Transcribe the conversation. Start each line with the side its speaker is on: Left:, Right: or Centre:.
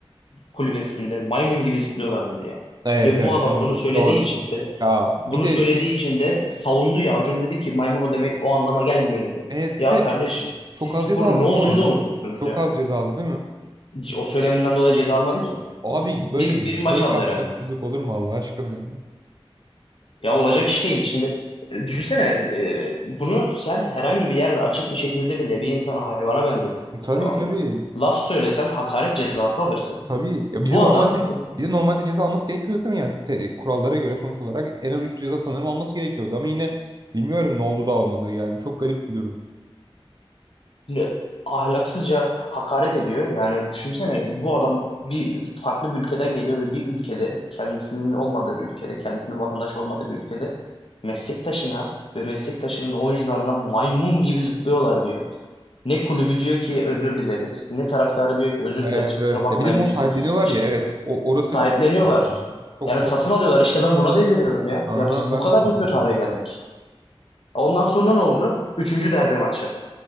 Left: kulübesinde maymun gibi zıplıyorlar dedi ya.
Right: Evet
Left: Ve
Right: evet
Left: bu adam
Right: doğru
Left: bunu söylediği
Right: doğru.
Left: için de
Right: Ya bir
Left: bunu
Right: de
Left: söylediği için de savundu ya. Acun dedi ki maymun o demek o anlama gelmiyor dedi.
Right: evet
Left: Ya
Right: bir de
Left: kardeşim
Right: çok
Left: siz sporun
Right: az ceza aldı
Left: ne olduğunu
Right: değil mi o ya?
Left: da unutmuşsunuz
Right: Çok
Left: ya.
Right: az ceza aldı değil mi?
Left: C- O söyleminden dolayı ceza almadı ki.
Right: Abi
Left: Bir,
Right: böyle
Left: bir maç
Right: böyle
Left: aldı
Right: ahlaksızlık
Left: herhalde.
Right: olur mu Allah aşkına ya?
Left: Ya olacak iş değil. Şimdi e, düşünsene e, bunu sen herhangi bir yerde açık bir şekilde bile bir insana hayvana benzetip
Right: Tabii
Left: tamam
Right: tabii.
Left: mı? Laf söylesen hakaret cezası alırsın.
Right: Tabii. Ya
Left: Bu
Right: bir de normalde
Left: adam
Right: bir de normalde ceza alması gerekiyordu değil mi? Yani te- kurallara göre sonuç olarak en az 3 ceza sanırım alması gerekiyordu ama yine bilmiyorum ne oldu da almadı. Yani çok garip bir durum.
Left: e, ahlaksızca hakaret ediyor. Yani düşünsene bu adam bir farklı bir ülkeden geliyor ve bir ülkede kendisinin olmadığı bir ülkede, kendisinin vatandaşı olmadığı bir ülkede meslektaşına ve meslektaşının oyuncularına maymun gibi zıplıyorlar diyor. Ne kulübü diyor ki özür dileriz, ne taraftarı diyor ki özür
Right: Evet
Left: dileriz,
Right: evet.
Left: kusura bakmayın
Right: Ya bir de bunu
Left: biz
Right: sahipleniyorlar
Left: iş-
Right: ya evet. O orası
Left: sahipleniyorlar.
Right: da çok çok
Left: Yani
Right: çok.
Left: satın alıyorlar. İşte ben buna deliriyorum ya.
Right: Aha
Left: Ya biz
Right: ben
Left: bu kadar
Right: de dedi
Left: mı kötü
Right: bilmem.
Left: hale geldik? Ondan sonra ne oldu? Üçüncü derbi maçı.